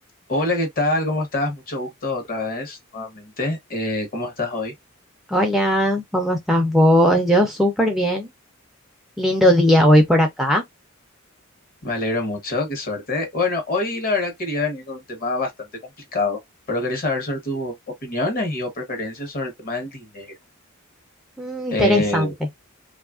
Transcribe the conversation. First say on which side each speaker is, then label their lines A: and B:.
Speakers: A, on the left (about 45°); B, in the centre.
A: Hola, ¿qué tal? ¿Cómo estás? Mucho gusto otra vez, nuevamente. Eh, ¿cómo estás hoy?
B: Hola, ¿cómo estás vos? Yo súper bien. Lindo día hoy por acá.
A: Me alegro mucho, qué suerte. Bueno, hoy la verdad quería venir con un tema bastante complicado, pero quería saber sobre tus opiniones y o preferencias sobre el tema del dinero.
B: Mm, interesante,
A: Eh,